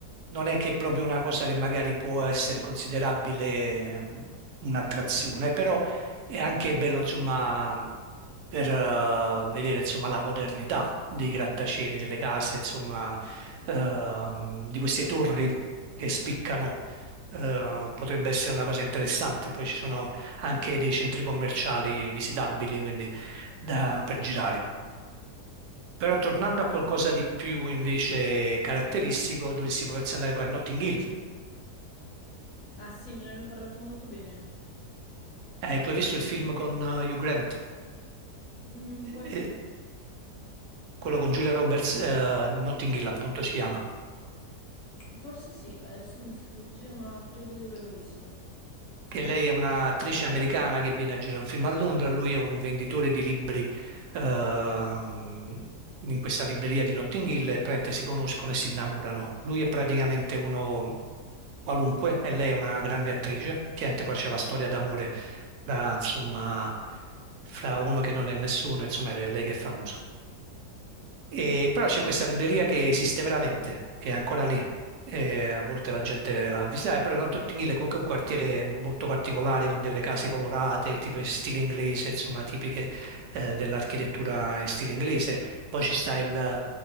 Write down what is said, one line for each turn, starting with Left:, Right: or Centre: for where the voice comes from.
Right: non è che è proprio una cosa che magari può essere considerabile ehm, un'attrazione, però è anche bello insomma per eh, vedere insomma la modernità dei grattacieli, delle case, insomma ehm, di queste torri che spiccano. Eh, potrebbe essere una cosa interessante, poi ci sono anche dei centri commerciali visitabili, quindi da- per girare. Però tornando a qualcosa di più invece caratteristico, dovresti potersi andare poi a Notting Hill.
Left: Ah sì, me ne hanno parlato molto bene.
Right: Eh, tu hai visto il film con eh, Hugh Grant,
Left: Mm, qual-
Right: Eh, eh, quello con Julia Roberts, eh, Notting Hill appunto si chiama.
Left: Forse sì, adesso mi sfugge, ma credo di averlo visto.
Right: che lei è un'attrice americana che viene a girare un film a Londra, lui è un venditore di libri ehm, in questa libreria di Notting Hill e praticamente si conoscono e si innamorano. Lui è praticamente uno qualunque e lei è una grande attrice. Chiaramente poi c'è la storia d'amore fra, insomma, fra uno che non è nessuno, insomma, è lei che è famosa. E però c'è questa libreria che esiste veramente, che è ancora lì, e a volte la gente la visitava, però Northampton Hill è comunque un quartiere molto particolare con delle case colorate, tipo in stile inglese, insomma, tipiche eh, dell'architettura in stile inglese. Poi ci sta il,